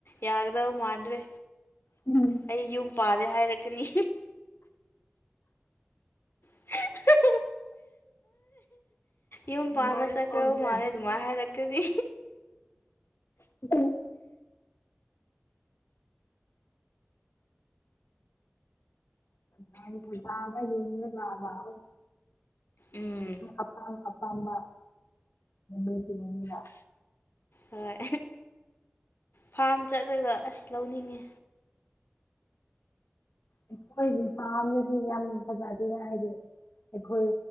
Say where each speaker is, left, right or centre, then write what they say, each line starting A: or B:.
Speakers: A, on the left; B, on the left.
A: ꯌꯥꯒꯗꯕ ꯃꯥꯥꯟꯗ꯭ꯔꯦ
B: ꯎꯝ
A: ꯑꯩ ꯌꯨꯝ ꯄꯥꯔꯦ ꯍꯥꯏꯔꯛꯀꯅꯤ ꯍ ꯌꯨꯝ ꯄꯥꯟꯕ
B: ꯃꯣꯏ
A: ꯆꯠꯈ꯭ꯔꯕ
B: ꯊꯣꯛꯇ꯭ꯔꯗꯤ
A: ꯃꯥꯜꯂꯦ ꯑꯗꯨꯃꯥꯏꯅ
B: ꯑꯁ
A: ꯍꯥꯏꯔꯛꯀꯗꯤ
B: <unintelligible> <unintelligible>
A: ꯎꯝ
B: ꯑꯄꯥꯝ ꯑꯄꯥꯝꯕ <unintelligible>
A: ꯍꯣꯏ ꯐꯥꯝ ꯆꯠꯂꯒ ꯑꯁ ꯂꯧꯅꯤꯡꯉꯦ
B: ꯑꯩꯈꯣꯏꯒꯤ ꯐꯥꯝꯗꯤ ꯌꯥꯝ ꯐꯖꯗꯦꯗ ꯍꯥꯏꯗꯤ ꯑꯩꯈꯣꯏ